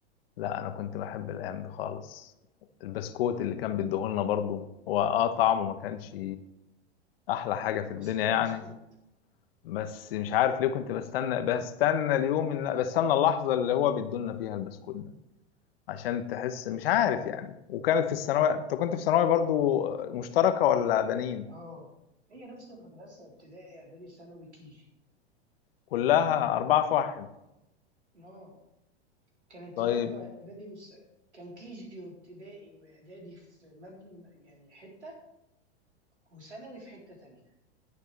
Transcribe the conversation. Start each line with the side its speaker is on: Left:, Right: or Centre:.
Left: لا انا كنت بحب الايام دي خالص البسكوت اللي كان بيديهولنا برضه هو اه طعمه ما كانش احلى حاجه
Right: <laughs>
Left: في الدنيا
Right: بس كان
Left: يعني
Right: بسكوت
Left: بس مش عارف ليه كنت بستنى بستنى اليوم ان بستنى اللحظه اللي هو بيدولنا فيها البسكوت ده عشان تحس
Right: والله
Left: مش
Right: لا
Left: عارف يعني وكانت في الثانويه انت كنت في ثانوي برضو مشتركه ولا بنين
Right: اه هي نفس المدرسة ابتدائي اعدادي ثانوي كيجي
Left: كلها أربعة في واحد
Right: اه كان ابتدائي
Left: طيب
Right: واعدادي وس... كان كيجي وابتدائي واعدادي في مبنى يعني حتة وثانوي في حتة تانية